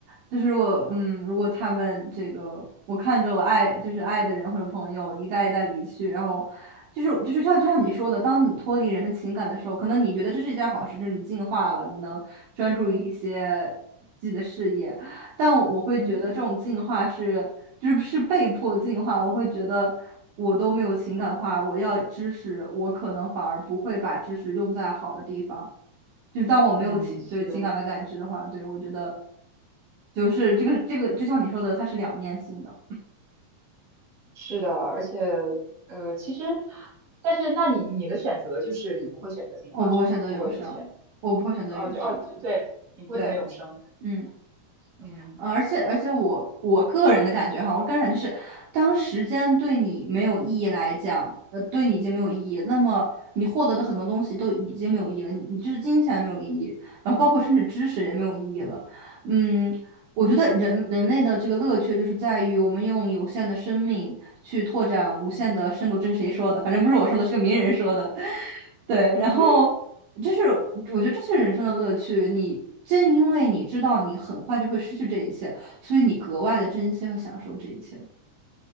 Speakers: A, on the right; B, on the right.
A: 就是我，嗯，如果他们这个，我看着我爱就是爱的人或者朋友一代一代离去，然后就是就是像就像你说的，当你脱离人的情感的时候，可能你觉得这是一件好事，就是你进化了，你能专注于一些自己的事业，
B: 嗯
A: 但我会觉得这种进化是就是是被迫进化，
B: 嗯。
A: 我会觉得。我都没有情感的话，我要知识，我可能反而不会把知识用在好的地方。就是当我没有情对情感的感知的话，
B: 嗯，是的。
A: 对我觉得就是这个这个，就像你说的，它是两面性的。
B: 是的，而且呃，其实，但是那你你的选择就是你不会选择进化是吗？
A: 我不会选择永生，
B: 如果有的选，
A: 我不会选择永生。
B: 呃，就哦，对，你不会选择永生，
A: 对，嗯。
B: 嗯
A: 呃而且而且我我个人的感觉哈，我个人感觉就是，当时间对你没有意义来讲，呃，对你已经没有意义，那么你获得的很多东西都已经没有意义了，你你就是金钱没有意义，然后包括甚至知识也没有意义了。嗯，我觉得人人类的这个乐趣就是在于我们用有限的生命去拓展无限的深度，
B: 嗯
A: 这是谁说的？反正不是我说的，是个名人说的。<laughs> 对，
B: <laughs>
A: 然后。就是我觉得这是人生的乐趣。你正因为你知道你很快就会失去这一切，所以你格外的珍惜和享受这一切。